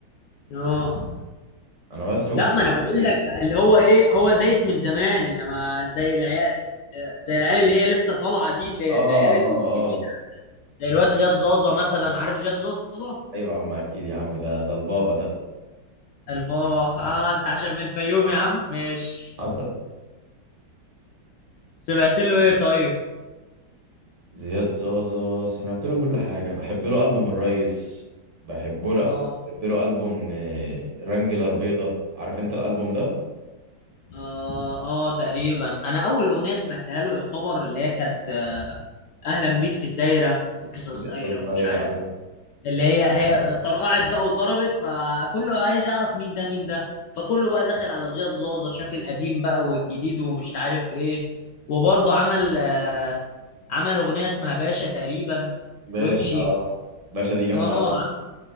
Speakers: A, on the left; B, on the right.
A: اه
B: انا بس ما
A: لا
B: كنتش
A: ما انا
B: عارف
A: بقول لك اللي هو ايه هو دايس من زمان انما زي العيال زي العيال اللي هي لسه طالعه دي اللي-
B: اه اه
A: العيال الجديده
B: آه.
A: زي الواد زياد زازا مثلا عارف زياد زازا
B: ايوه يا عم اكيد يا عم ده ده البابا ده
A: البابا اه انت عشان من الفيوم يا عم ماشي
B: حصل
A: سمعت له ايه طيب
B: زياد زازا سمعت له كل حاجه بحب له البوم الريس بحب له
A: اه
B: بحب له البوم آه، رانجلر بيضه عارف انت الالبوم ده
A: اه اه تقريبا انا اول اغنيه سمعتها له يعتبر اللي هي كانت آه، اهلا بيك في الدايره في قصص
B: لسه
A: دايره ومش
B: صغيره
A: عارف
B: ايوه
A: اللي هي هي طرقعت بقى وضربت فكله عايز يعرف مين ده مين ده فكله بقى دخل على زياد زازا شاف القديم بقى والجديد ومش عارف ايه وبرضه عمل آه، عمل اغنيه اسمها باشا تقريبا
B: باشا
A: وامشي
B: آه. باشا دي جامده
A: اه
B: قوي
A: عم-